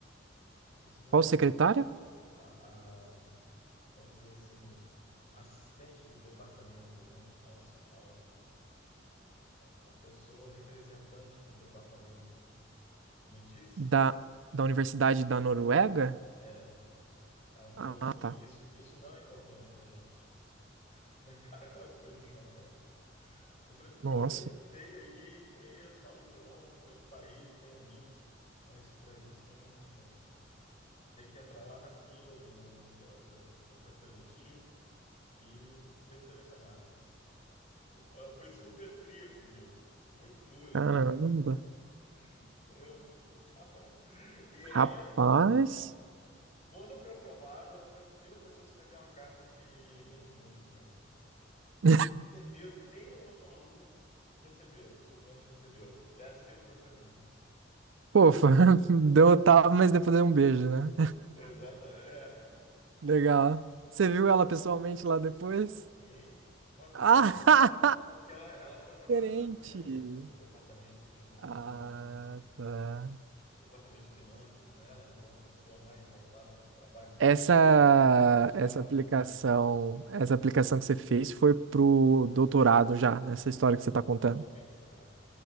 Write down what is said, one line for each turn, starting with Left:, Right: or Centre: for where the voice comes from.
Left: Isso não
Right: Qual
Left: é
Right: secretária?
Left: importante a, a, vamos dizer assim, assistente do departamento, né? Ao, ao, a, a pessoa representante do departamento me disse,
Right: Da, da Universidade da Noruega?
Left: é, ela falou
Right: Ah,
Left: assim,
Right: tá.
Left: isso, isso não é importante para a gente. <laughs> Minha cara quase foi no chão, cara. Eu falei assim,
Right: Nossa,
Left: pô, já estudei aí, conheço, falo idioma, conheço o país, tenho amigos, mas para a gente não é importante. Você tem que entrar lá na fila do, do, do processo seletivo e ser selecionado. Ela foi super fria comigo, muito dura.
Right: caramba.
Left: Eu tomei um, <laughs> um tapa, né? E ela,
Right: Rapaz.
Left: quando eu fui aprovado, ela foi a primeira pessoa a escrever uma carta de bem-vindo para mim.
Right: <laughs>
Left: Certeza que nenhum outro aluno recebeu, estudante recebeu. Ela escreveu para mim.
Right: Pofa, <laughs> deu um tapa, mas depois deu um beijo, né?
Left: Exata, é.
Right: <laughs> Legal. Você viu ela pessoalmente lá depois?
Left: Sim, uma vez
Right: Ah!
Left: só. Porque ela, ela foi trabalhar
Right: <laughs> Diferente.
Left: no governo, no departamento de economia
Right: Ah,
Left: lá no
Right: tá.
Left: departamento de finanças, né? Ela virou uma pessoa mais voltada para o trabalho dentro
Right: Essa,
Left: da, da esfera
Right: essa
Left: do
Right: aplicação,
Left: governo.
Right: essa aplicação que você fez foi pro doutorado já, nessa história que você tá contando.
Left: Não, mestrado